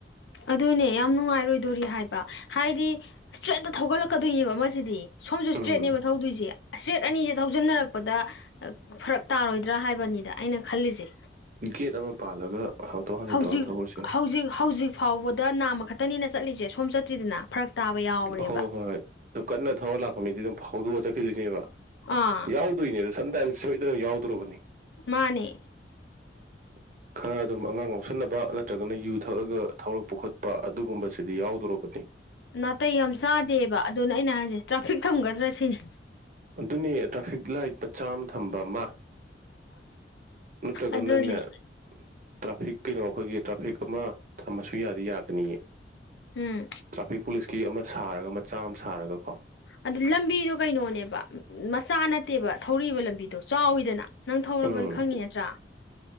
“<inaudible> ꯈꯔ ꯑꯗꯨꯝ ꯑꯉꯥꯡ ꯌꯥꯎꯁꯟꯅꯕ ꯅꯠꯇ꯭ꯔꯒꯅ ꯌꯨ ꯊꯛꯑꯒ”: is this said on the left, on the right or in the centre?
Right